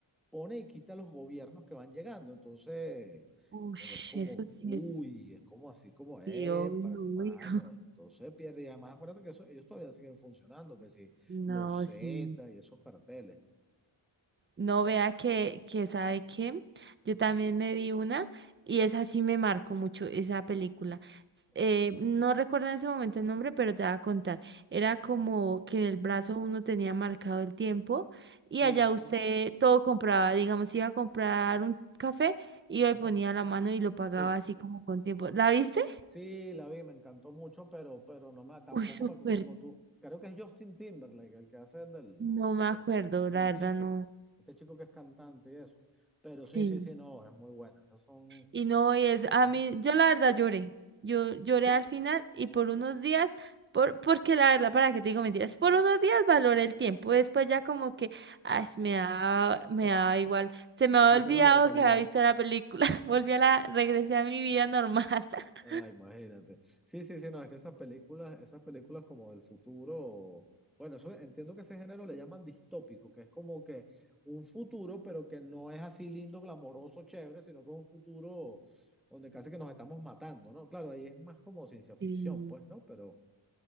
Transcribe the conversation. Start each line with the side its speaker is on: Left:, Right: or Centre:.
Centre: pone y quita a los gobiernos que van llegando. Entonces
Right: Uy,
Centre: es como,
Right: eso sí
Centre: uy,
Right: es,
Centre: es como así como, eh,
Right: sí, obvio,
Centre: hermano,
Right: obvio.
Centre: esto se pierde. Y además acuérdate que eso, ellos todavía siguen funcionando, que sí,
Right: No,
Centre: los Z
Right: sí.
Centre: y esos carteles.
Right: No vea que, que
Centre: Ajá.
Right: sabe que yo
Centre: ujú,
Right: también me vi una y esa sí me marcó mucho, esa película.
Centre: ajá,
Right: Eh, no recuerdo en ese momento el nombre, pero te voy a contar. Era como que en el brazo uno tenía marcado el tiempo y
Centre: Sí.
Right: allá usted todo compraba, digamos, iba a comprar un café, iba
Centre: Ajá.
Right: y ponía la mano y lo pagaba
Centre: Sí.
Right: así como con tiempo. ¿La viste?
Centre: Sí, la vi, me encantó mucho, pero, pero no me, tampoco
Right: Uy, súper,
Centre: me, co- como tú, creo que es Justin Timberlake el que hace el del,
Right: no
Centre: del,
Right: me acuerdo,
Centre: del, del
Right: la verdad
Centre: chico,
Right: no.
Centre: este chico que es cantante y eso. Pero sí,
Right: Sí.
Centre: sí, sí, no, es muy buena. Esas son,
Right: Y no, y es, a
Centre: ajá,
Right: mí, yo la verdad lloré. Yo lloré
Centre: sí,
Right: al final y por unos días, por, porque la verdad, para qué te digo mentiras, por unos días valoré el tiempo. Después ya como que, ay, me da, me
Centre: <laughs>
Right: da igual. Se me
Centre: Volviste
Right: había olvidado
Centre: a la normalidad.
Right: que había visto la película. <laughs> Volví a la, regresé a mi vida normal. <laughs>
Centre: Ah, imagínate. Sí, sí, sí, no, es que esas películas, esas películas como del futuro, bueno, eso entiendo que ese género le llaman distópico, que es como que un futuro, pero que no es así lindo, glamoroso, chévere, sino que es un futuro donde casi que nos estamos matando, ¿no? Claro, ahí es más como ciencia ficción,
Right: Sí.
Centre: pues, ¿no? Pero